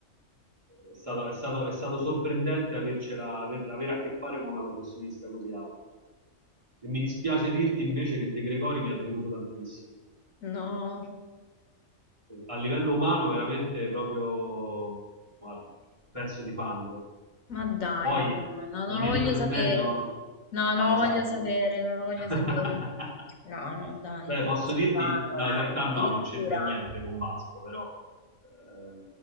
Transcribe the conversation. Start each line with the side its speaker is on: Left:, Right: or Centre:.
Right: eh, è stato, è stato- è stato sorprendente avercela, aver- avere a che fare con una professionista così alta. E mi dispiace dirti invece che De Gregori mi ha deluso tantissimo.
Left: No.
Right: A livello umano veramente proprio guarda, un pezzo di fango.
Left: Ma dai,
Right: Poi
Left: no, no, no, no,
Right: non
Left: non lo
Right: entro
Left: voglio
Right: nel
Left: sapere.
Right: merito, non-
Left: No,
Right: no,
Left: non lo
Right: esatto.
Left: voglio sapere, non lo voglio
Right: <laughs>
Left: sapere. No, no, dai,
Right: Beh,
Left: un
Right: posso
Left: pezzo
Right: dirti
Left: di fango,
Right: No,
Left: dai.
Right: in realtà no,
Left: Addirittura,
Right: non c'entra niente con Vasco, però eh,